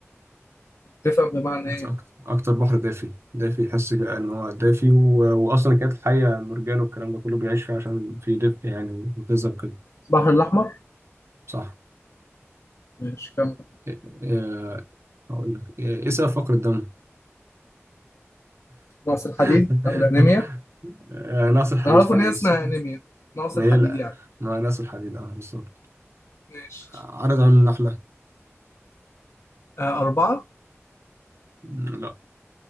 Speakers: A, on the left; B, on the right.
A: تفهم بمعنى
B: اكتر
A: إيه
B: اكتر أكتر بحر دافي دافي يحس كده ان هو دافي و... واصلا كانت الحية مرجان والكلام ده كله بيعيش فيه عشان في دفء يعني وغذاء وكده
A: البحر الأحمر
B: صح
A: ماشي كمل
B: إيه... إيه... اقول لك ايه إيه سبب فقر الدم
A: نقص الحديد
B: <laughs>
A: او الانيميا
B: آه، ناقص الحديد
A: انا اعرف
B: فعلا
A: ان هي اسمها
B: بس
A: انيميا نقص
B: ما
A: الحديد
B: هي لا
A: يعني
B: ما ناقص الحديد اه بالظبط
A: ماشي
B: عدد عيون النحلة
A: آه اربعه
B: م، لا